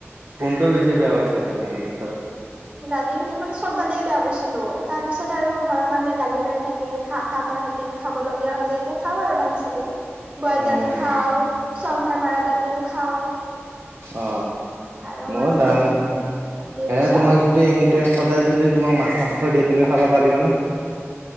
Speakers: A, on the right; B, on the right.
A: কোনটো বেছি বেয়া পাইছিলা দালি ভিতৰত।
B: দালিৰ ভিতৰত মানে চব দালিয়ে বেয়া পাইছিলো। তাৰ পিছত আৰু ঘৰৰ মানুহে গালি পাই থাকে খা খাক সেইকাৰনে খাব লগগীয়া হৈ যে, এতিয়া খাওঁ আৰু দালি চালি। বইল
A: উম
B: দালি খাও, চম্ভাৰ মৰা দালিও খাওঁ।
A: অ
B: আৰু
A: মোৰ
B: মইতো
A: ডাল
B: কি
A: এ
B: কৈছা
A: তোমাক যদি য এনি টাইম সদায় যদি তোমাক মাছ মাংস দিয়ে তুমি খাব পাৰিবানে?